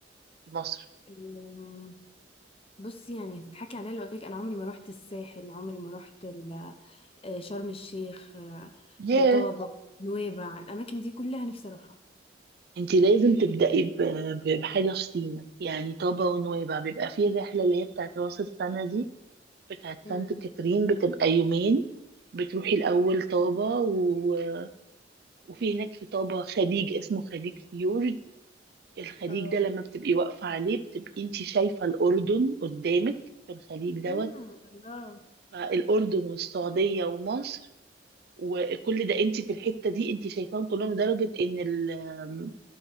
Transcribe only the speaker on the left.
أم، بصي يعني تضحكي عليا لو قلت لك أنا عمري ما روحت الساحل عمري ما روحت ال- آه، شرم الشيخ آه،
آه، طابة نويبع الأماكن دي كلها نفسي أروحها
امم
اه
امم الله